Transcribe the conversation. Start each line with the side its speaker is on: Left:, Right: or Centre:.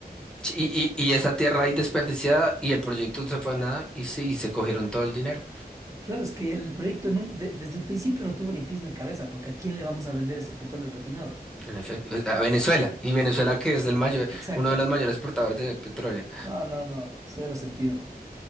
Centre: Sí, Y, y, y esa tierra ahí desperdiciada y el proyecto se fue a nada y sí, y se cogieron todo el dinero,
Right: claro, es que el proyecto nun- de- desde el principio no tuvo ni pies ni cabeza, porque ¿a quién le vamos a vender ese petróleo refinado?
Centre: en efecto, Eh, a Venezuela. Y Venezuela que es el mayor,
Right: Exacto.
Centre: uno de los mayores exportadores de petróleo.
Right: No, no, no, cero sentido.